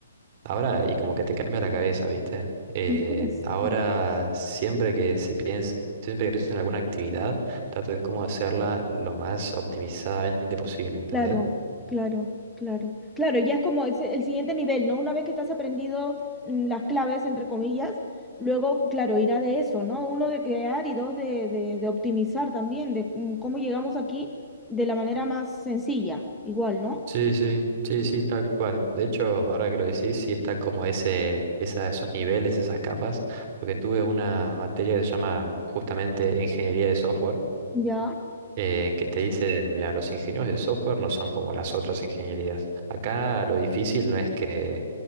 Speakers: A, on the right; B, in the centre.
A: Ahora, y como que te cambia la cabeza, ¿viste? Eh,
B: Qué interesante.
A: ahora, siempre que se piense, siempre que pienso en alguna actividad, trato de cómo hacerla lo más optimizadamente posible, ¿entendés?
B: Claro, claro, claro. Claro, ya es como es el siguiente nivel, ¿no? Una vez que estás aprendido mm, las claves, entre comillas, luego, claro, irá de eso, ¿no? Uno de crear y dos de, de, de optimizar también, de mm, cómo llegamos aquí de la manera más sencilla, igual, ¿no?
A: Sí, sí, sí, sí, tal cual. De hecho, ahora que lo decís, sí están como ese, esa- esos niveles, esas capas, porque tuve una materia que se llama justamente ingeniería de software
B: Ya,
A: eh, que te dicen, mira, los ingenieros de software no son como las otras ingenierías. Acá lo difícil no es que